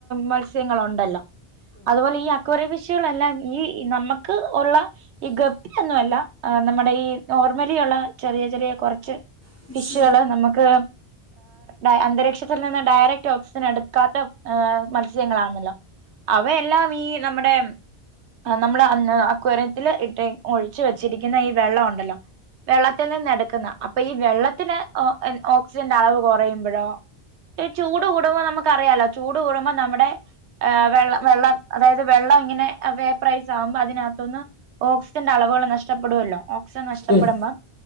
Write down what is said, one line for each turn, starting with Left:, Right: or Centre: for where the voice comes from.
Right: മത്സ്യങ്ങളുണ്ടല്ലോ അതുപോലെ ഈ അക്വറി വിഷികളെല്ലാം ഈ നമ്മക്ക് ഉള്ള ഈ ഗപ്പിയൊന്നല്ല എ നമ്മുടെ ഈ നോർമലിയുള്ള ചെറിയ ചെറിയ കൊർച്ച്
Left: <inaudible>
Right: കള് നമ്മക്ക് എ അന്തരീക്ഷത്തിൽ നിന്ന് ഡയറക്ട് ഓക്സിജൻ എടുക്കാത്ത മത്സ്യങ്ങളാണല്ലോ അവയെല്ലാം ഈ നമ്മുടെ ആ നമ്മള് അന്ന് ആക്വറത്തിൽ ഇട്ട് ഒഴിച്ചു വെച്ചിരിക്കുന്ന ഈ വെള്ളം ഉണ്ടല്ലോ വെള്ളത്തിൽ നിന്ന് എടുക്കുന്ന അപ്പൊ ഈ വെള്ളത്തിന് ഒ ഓക്സിജന്റെ അളവ് കൊറയുമ്പഴോ ഈ ചൂട് കൂടുമ്പോൾ നമ്മക്കറിയാലോ ചൂട് കൂടുമ്പോ നമ്മുടെ എ വെള്ളം വെള്ളം അതായത് വെള്ളം ഇങ്ങനെ വേപ്ര്രയ്സ് ആവുമ്പോ അതിനകത്തൊന്ന് ഓക്സിജന്റെ അളവുകൾ നഷ്ടപ്പെടുവല്ലോ ഓക്സിജൻ നഷ്ടപ്പെടുമ്പം
Left: ഉം, ഉം,